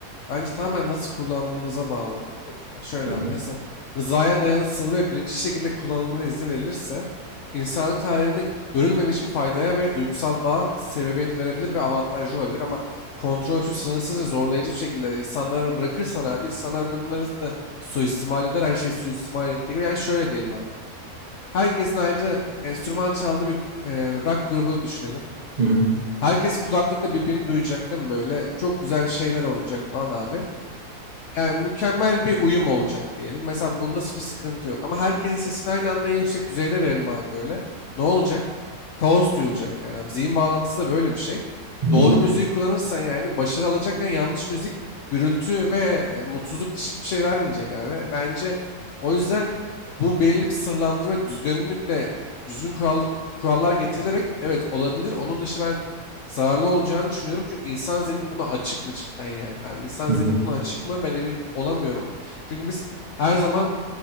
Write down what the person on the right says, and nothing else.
Hı hı.
Hı hı.
Hı
hı.